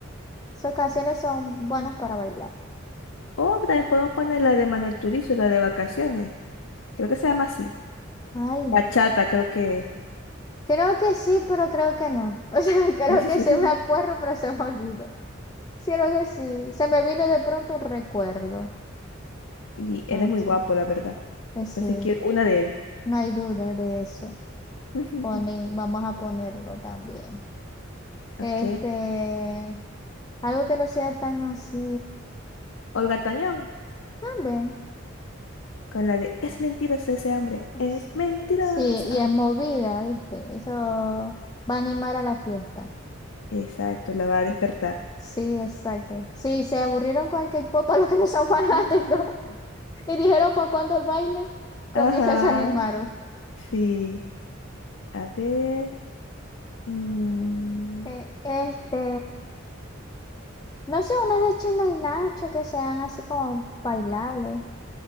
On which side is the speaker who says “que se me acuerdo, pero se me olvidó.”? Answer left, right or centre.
Left